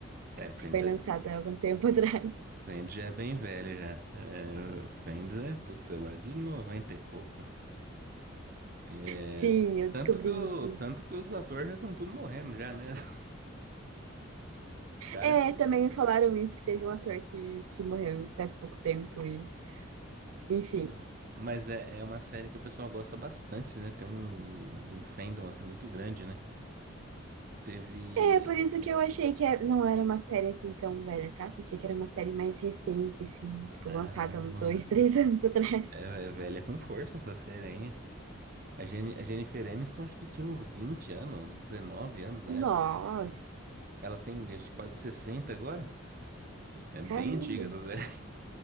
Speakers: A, on the right (about 45°); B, on the right (about 80°).
A: É, Friends
B: que foi
A: é,
B: lançada há algum tempo <laughs> atrás.
A: Friends já é bem velho já. É, Friends é, putz, sei lá, de 90 e pouco. É,
B: Sim, eu
A: tanto
B: descobri
A: que, o,
B: isso.
A: tanto que os atores já estão tudo morrendo já, né? <laughs> Os caras
B: É,
A: que...
B: também me falaram isso, que teve um ator que, que morreu faz pouco tempo e, enfim.
A: o- Mas é, é uma série que o pessoal gosta bastante, né? Tem um, um fandom, assim, muito grande, né? Teve...
B: É, por isso que eu achei que era- não era uma série assim tão velha, sabe? Achei que era uma série mais recente, assim, tipo,
A: Caramba,
B: lançada uns dois, <laughs> três anos atrás.
A: é, é velha com força essa série, hein? A, Jen, a Jennifer Aniston acho que tinha uns 20 anos, 19 anos na
B: Nossa,
A: época. Ela tem acho, que, quase 60 agora. É bem
B: caramba.
A: antiga essa série.